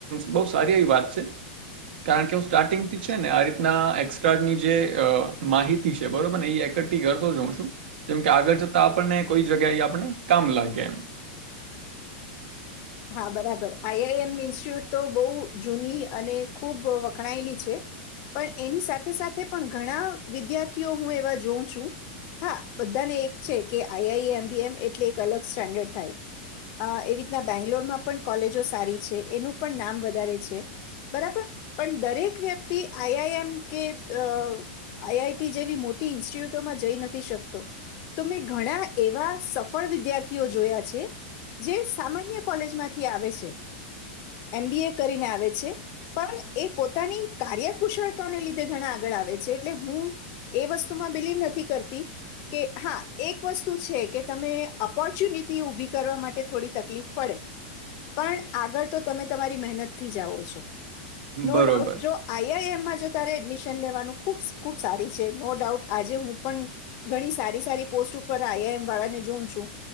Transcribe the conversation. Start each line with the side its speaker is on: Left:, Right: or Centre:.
Right: બહ સારી એ વાત છે. કારણ કે હું સ્ટાર્ટિંગથી છે ને આ રીતના એક્સ્ટ્રાની જે માહિતી છે બરોબર ને એ એકઠી કરતો જાઉં છું. જેમ કે આગળ જતા આપણને કોઈ જગ્યાએ આપને કામ લાગે એમ.
Left: હા બરાબર આઈ આઈ એમ ઇન્સ્ટિટ્યૂટ તો બહુ જૂની અને ખૂબ વખણાયેલી છે. પણ એની સાથે સાથે પણ ઘણા વિદ્યાર્થીઓ હું એવા જોઉં છું. હા બધાને એક છે કે આઈ આઈ એમ બી એમ એટલે એક અલગ સ્ટેન્ડર્ડ થાય એ રીતના બેંગ્લોરમાં પણ કોલેજો સારી છે, એનું પણ નામ વધારે છે. બરાબર પણ દરેક વ્યક્તિ આઈ આઈ એમ કે આઈ આઈ ટી જેવી મોટી ઇન્સ્ટિટ્યુટોમાં જઈ નથી શકતો. તો મેં ઘણા એવા સફળ વિદ્યાર્થીઓ જોયા છે જે સામાન્ય કોલેજમાંથી આવે છે. એમ બી એ કરીને આવે છે પણ એ પોતાની કાર્યકુશળતાને લીધે ઘણા આગળ આવે છે. એટલે હું એ વસ્તુમાં બિલીવ નથી કરતી કે હા એક વસ્તુ છે કે તમે ઓપોર્ચ્યુનિટી ઉભી કરવા માટે થોડી તકલીફ પડે પણ આગળ તો તમે તમારી મહેનતથી જાઓ છો. નો
Right: બરોબર.
Left: ડાઉટ જો આઈ આઈ એમ માં જો એડમિશન લેવાનું ખબ ખુબ સારી છે નો ડાઉટ આજે હું પણ ઘણી સારી સારી પોસ્ટ ઉપર આઈ આઈ એમ વાળા ને જોઉ છું.